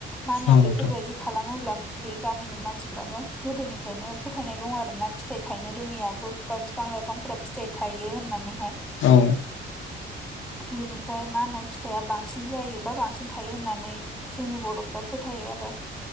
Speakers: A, in the centre; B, on the left (about 85°).
A: मा होनो
B: औ
A: बेफोरबायदि
B: नोंथां
A: खालामोब्ला बै गामिनि मानसि फ्राबो गोदोनिफ्रायनो फोथायनाय दं आरोना फिथाइ थायनो रोङियाबो बा फिफां लाइफांफोरा फिथाइ थायो होननानैहाय
B: औ
A: बिनिफ्राय मा होनो फिथाइआ बांसिन जायोबा बांसिन थायो होननानै नै जोंनि बर'फ्रा फोथायो आरो